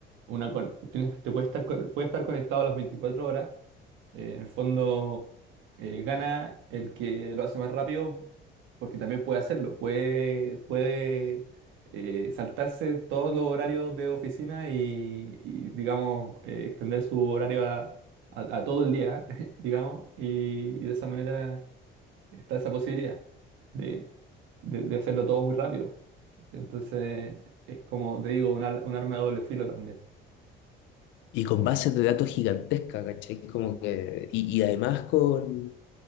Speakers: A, on the right; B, on the left.
A: una, con- tienes te puede estar, co- puede estar conectado a las 24 horas, eh, en el fondo eh, gana el que lo hace más rápido porque también puede hacerlo, puede, puede eh, saltarse todos los horarios de oficina y, y, digamos, eh, extender su horario a, a- a todo el día, <laughs> digamos, y, y de esa manera está esa posibilidad de, de- de hacerlo todo muy rápido. Entonces, es como te digo, un, al- un arma de doble filo también.
B: Y con bases de datos gigantescas, ¿cachai? Como que, y, y además con